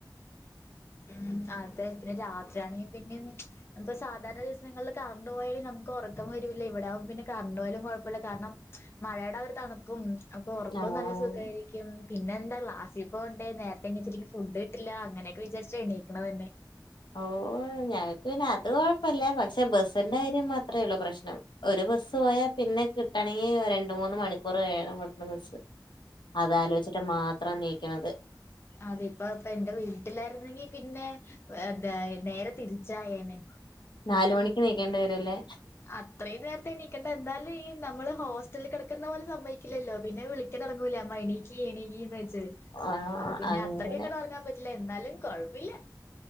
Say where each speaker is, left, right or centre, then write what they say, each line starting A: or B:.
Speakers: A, on the left; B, on the left.
A: മ് അതെ പ്പോ രാത്- ഇതാണെങ്കി പിന്നിം ഇങ്ങൻത്തെ സാധാരണ ദിവസങ്ങളിൽ കറണ്ട് പോയാലും നമുക്ക് ഒറക്കം വരൂല്ലേ ഇവിടാകും പിന്നെ കറണ്ട് ണ്ടോ യാലും കൊഴപ്പല്ല കാരണം മഴയുടെ ആ ഒരു തണുപ്പും അപ്പൊ ഉറക്കവും
B: ആഹ്
A: നല്ല സുഖായിരിക്കും പിന്നെ എന്താ ക്ലാസി പോണ്ടേ നേരത്തെ- നീച്ചിട്ട് പിന്നെ ഫുഡ് കിട്ടില്ല അങ്ങനെക്കെ വിചാരിച്ചാഎണീക്ക്ണതന്നെ
B: ഓ ഞങ്ങക്ക് പിന്നെ അത് കൊഴപ്പല്ല പക്ഷെ ബസിന്റെ കാര്യം മാ അത്രേള്ളൂ പ്രശ്നം ഒരു ബസ്സ് പോയാൽ പിന്നെ കിട്ടണെങ്കി രണ്ട്മൂന്ന് മണിക്കൂർ വേണം അടുത്ത ബസ്സ് അതാലോചിച്ചിട്ട് മാത്രാ നീക്ക്ണെ
A: അതെ ഇപ്പ പ്പ എന്റെ വീട്ടിലായിരുന്നെങ്കി പിന്നെ- വഅതാ നേരെ തിരിച്ചായേനെ
B: നാല് മണിക്ക് നീക്കേണ്ടി വരും അല്ലേ
A: അത്രയും നേരത്തെ എണീക്കണ്ട എന്താലും ഈ നമ്മള് ഹോസ്റ്റലിൽ കെടക്കുന്ന പോലെ സമ്മയ്ക്കില്ലല്ലോ പിന്നെ വിളിക്ക- തുടങ്ങൂലേ അമ്മ എണീക്ക് എണീക്ക് ന്ന് വെച്ചിട്ട്- ച്ച്
B: ആഹ്
A: അപ്പൊ പിന്നെ
B: അങ്ങനെ
A: അത്രക്ക് ഇങ്ങട്ട് ഒറങ്ങാൻ പറ്റില്ല എന്നാലും കൊഴപ്പില്ല